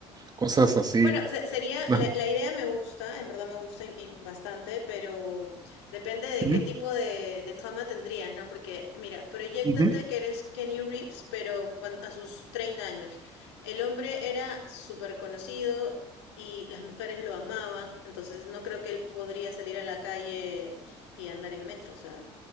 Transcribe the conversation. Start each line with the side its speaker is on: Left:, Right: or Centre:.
Right: cosas así.
Left: Bueno, se- sería,
Right: Ajá.
Left: la, la idea me gusta, en verdad me gusta y, y bastante, pero depende de
Right: Ujú,
Left: qué tipo de, de fama tendrías, ¿no? Porque, mira, proyéctate
Right: ujú.
Left: que eres Kenny Reeves, pero cuan- a sus 30 años. El hombre era súper conocido y las mujeres lo amaban, entonces no creo que él podría salir a la calle y andar en metro, o sea,